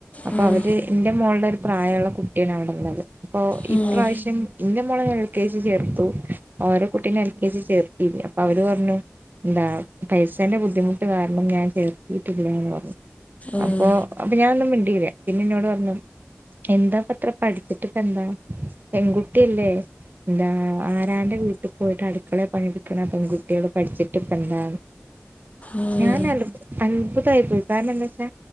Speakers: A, on the right (about 45°); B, on the left (about 30°).
A: അപ്പൊ
B: ഉം
A: അവര് എന്റെ മോള്ടെ ഒരു പ്രായമുള്ള കുട്ടിയാണ് അവിടെള്ളത് അപ്പൊ
B: ഉം
A: ഈ പ്രാവശ്യം ഇന്റെ മോള ഞാൻ എൽ കെ ജി ചേർത്തു ഓര കുട്ടീനെ എൽ കെ ജി ചേർത്തില്ല അവര് പറഞ്ഞു എന്താ പൈസന്റെ ബുദ്ധിമുട്ട് കാരണം ഞാൻ ചേർത്തിട്ടില്ലന്ന് പറഞ്ഞു
B: ഉം
A: അപ്പൊ അപ്പൊ ഞാനൊ മിണ്ടീല പിന്നെ എന്നോട് പറഞ്ഞു എന്താ പ അത്ര പഠിച്ചിട്ട് ഇപ്പ എന്താ പെൺകുട്ടിയല്ലേ എന്താ ആരാന്റെ വീട്ടിൽ പോയിട്ട് അടുക്കള പണിയെടുക്കണ പെൺകുട്ടികള് പഠിച്ചിട്ട്പ്പന്താന്നു
B: ഉം
A: ഞാൻ അത് അത്ഭു തായിപ്പോയി കാരണം എന്താ വച്ചാ